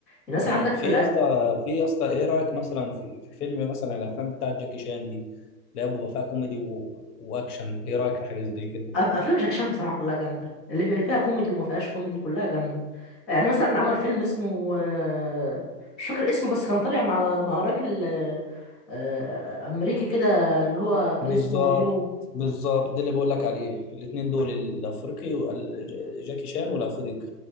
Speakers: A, in the centre; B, on the left.
A: يعني مثلا
B: مم.
A: عندك
B: في
A: في الأج-
B: يا اسطى في يا اسطى ايه رايك مثلا في في فيلم مثلا الافلام بتاعت جاكي شان دي اللي هي بيبقى فيها كوميدي و... واكشن ايه رايك في حاجه زي كده
A: أف- افلام جاك شان بصراحه كلها جامده اللي في- فيها كوميدي وما فيهاش كوميدي كلها جامده يعني مثلا عمل فيلم اسمه آه، مش فاكر اسمه بس كان طالع مع مع راجل آه، آه، امريكي كده اللي هو كان
B: بالظبط
A: اسمه يو
B: بالظبط ده اللي بقول لك عليه الاثنين دول الافريقي وال- ج- جاكي شان والافريقي